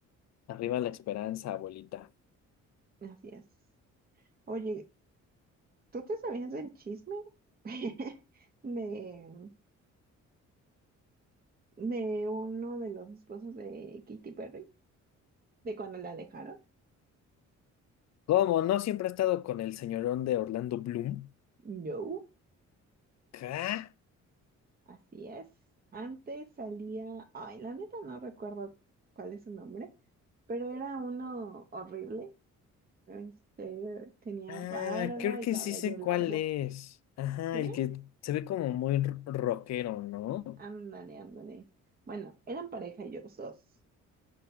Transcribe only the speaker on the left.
Arriba la esperanza, abuelita.
¿Cómo? ¿No siempre ha estado con el señorón de Orlando Bloom?
¿Ca?
Ah,
creo
que
sí sé
cuál es. Ajá,
el que se ve como muy r- rockero, ¿no?